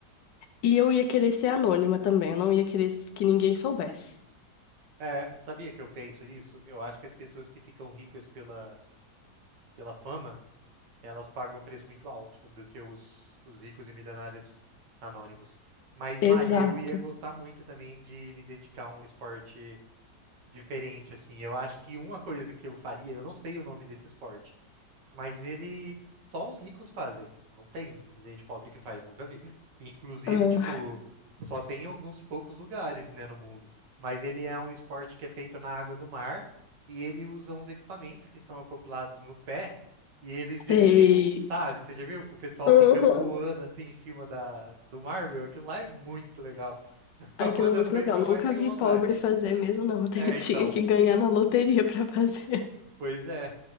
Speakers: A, on the left; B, on the right.
A: E eu ia querer ser anônima também, eu não ia querer que ninguém soubesse.
B: É, sabia que eu penso nisso? Eu acho que as pessoas que ficam ricas pela, pela fama Elas pagam um preço muito alto do que os, os ricos e milionários anônimos. Mas,
A: Exato.
B: Mari, eu ia gostar muito também de me dedicar a um esporte diferente, assim. Eu acho que uma coisa que eu faria, eu não sei o nome desse esporte. Mas ele só os ricos fazem. Não tem gente pobre que faz, nunca vi. Inclusive,
A: Ah,
B: tipo, só tem em alguns poucos lugares, né, no mundo. Mas ele é um esporte que é feito na água do mar e ele usa uns equipamentos que são acoplados no pé e eles
A: <laughs>
B: emitem
A: sei.
B: um, sabe? Você já viu que o pessoal
A: Uhum.
B: fica voando assim em cima da do mar, meu? Aquilo lá é muito legal. <laughs>
A: Aquilo
B: É uma
A: é
B: das
A: muito
B: coisas
A: legal.
B: que eu
A: Nunca
B: mais tenho
A: vi
B: vontade.
A: pobre fazer mesmo, não. <laughs>
B: É, então.
A: Tinha que ganhar na loteria pra fazer.
B: Pois é,